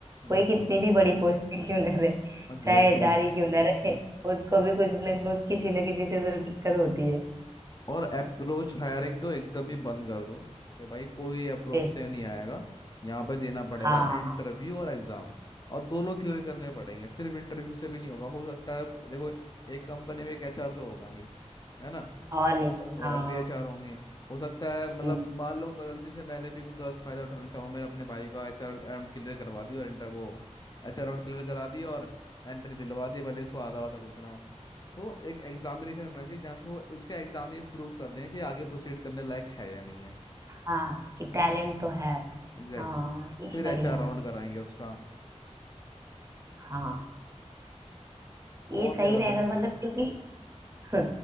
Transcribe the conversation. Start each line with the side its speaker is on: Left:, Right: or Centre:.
Right: कोई
Left: बिल्कुल
Right: कितनी भी बड़ी पोस्ट पे क्यों ना रहे
Left: एग्जैक्टली
Right: चाहे एचआर ही क्यों ना रहे उसको भी कुछ ना कुछ किसी ना किसी से तो दिक्कत होती है
Left: और अप्रोच हायरिंग तो एकदम ही बंद कर दो कि भाई कोई अप्रोच
Right: ए,
Left: से नहीं आएगा यहाँ पे देना पड़ेगा
Right: हाँ
Left: इंटरव्यू और एग्जाम और दोनों क्लियर करने पड़ेंगे सिर्फ इंटरव्यू से भी नहीं होगा हो सकता है देखो एक कंपनी में एक एचआर तो होगा नहीं है ना
Right: और नहीं तो
Left: तो
Right: हाँ
Left: और भी एचआर होंगे हो सकता है मतलब
Right: हम्म,
Left: मान लो गलती से मैंने भी कोई गलत फायदा उठाना चाहूँ मैंने अपने भाई का एचआर राउंड क्लियर करवा दिया और इंटर वो एचआर राउंड क्लियर करा दिया और एंट्री दिलवा दी भले उसको आधा आधा कुछ ना हो तो एक एग्जामिनेशन होना चाहिए जहाँ से वो उसका एग्जाम ये प्रूव कर दें कि आगे प्रोसीड करने लायक है या नहीं है
Right: हाँ कि
Left: है
Right: टैलेंट
Left: ना
Right: तो है
Left: Exactly
Right: हाँ
Left: exactly.
Right: ये
Left: फिर
Right: बढ़िया
Left: एचआर
Right: है
Left: राउंड कराएंगे उसका
Right: हाँ ये
Left: और
Right: सही
Left: क्या
Right: रहेगा
Left: कर सकते
Right: मतलब
Left: हैं
Right: क्योंकि <laughs>